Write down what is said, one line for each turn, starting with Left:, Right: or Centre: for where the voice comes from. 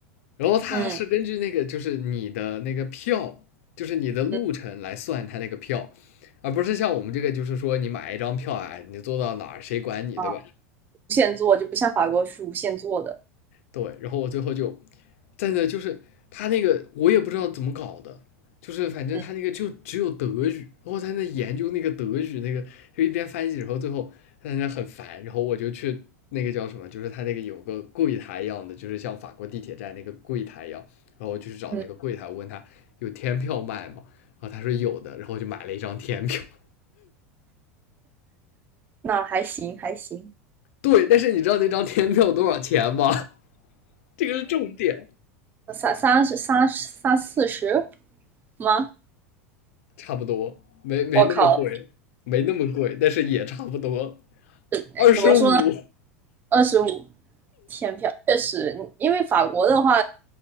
Left: 然后它是根据那个就是你的那个票，
Right: 嗯
Left: 就是你的路程来算它那个票，
Right: 嗯
Left: 而不是像我们这个就是说你买一张票啊，你坐到哪儿谁管你，
Right: 啊，
Left: 对吧？
Right: 无限做就不像法国是无限做的，
Left: 对，然后我最后就站在那，就是他那个我也不知道怎么搞的，就是反正他那个就只有德语，
Right: 嗯，
Left: 然后他在那研究那个德语那个，就一边翻译，然后最后他在那很烦，然后我就去那个叫什么，就是他那个有个柜台一样的，就是像法国地铁站那个柜台一样，然后我就去找那个柜台，
Right: 嗯，
Left: 我问他有天票卖吗？然后他说有的，然后我就买了一张天票。<laughs>
Right: 那还行还行，
Left: 对，但是你知道那张天票多少钱吗？这个是重点。
Right: 那三三十三十三四十吗？
Left: 差不多，没没那么贵，
Right: 我靠，
Left: 没那么贵，但是也差不多，
Right: 哎怎么说呢？
Left: 二十五
Right: 二十五天票确实，因为法国的话，